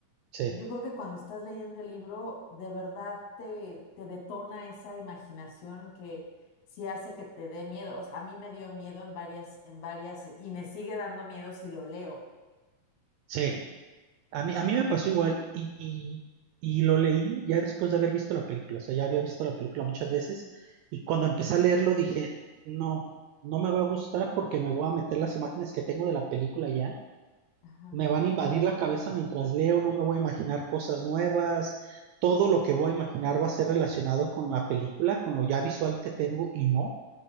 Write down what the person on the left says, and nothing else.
Yo creo que cuando estás leyendo el libro, de verdad te, te detona esa imaginación que sí hace que te dé miedo. O sea, a mí me dio miedo en varias, en varias, y me sigue dando miedo si lo leo.
Ajá,